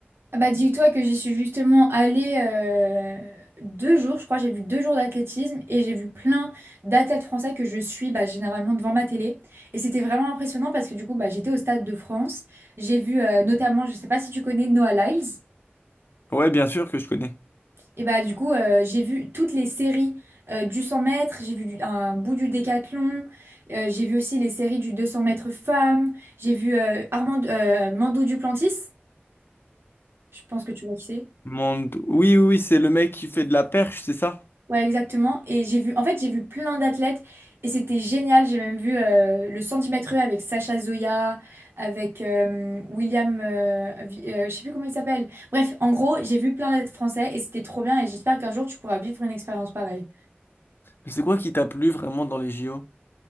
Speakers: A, on the right; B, on the left.
A: Ah Bah dis-toi que j'y suis justement allée euh, deux jours, je crois, j'ai vu deux jours d'athlétisme et j'ai vu plein d'athlètes français que je suis bah, généralement devant ma télé. Et c'était vraiment impressionnant parce que du coup bah, j'étais au Stade de France, j'ai vu euh, notamment, je sais pas si tu connais Noah Lyles.
B: Ouais, bien sûr que je connais.
A: Et bah du coup, euh, j'ai vu toutes les séries euh, du 100 mètres, j'ai vu du- un bout du décathlon, euh, j'ai vu aussi les séries du 200 mètres femmes, j'ai vu euh, Armand, euh, Mando Duplantis, je pense que tu vois qui c'est.
B: Monde... Oui, oui, oui, c'est le mec qui fait de la perche, c'est ça?
A: Ouais, exactement. Et j'ai vu, en fait, j'ai vu plein d'athlètes et c'était génial. J'ai même vu euh, le 110 mètres haies avec Sacha Zoya, avec euh, William, euh, Vi- euh, je sais plus comment il s'appelle. Bref, en gros, j'ai vu plein d'athlètes français et c'était trop bien et j'espère qu'un jour tu pourras vivre une expérience pareille.
B: Mais c'est quoi qui t'a plu vraiment dans les JO?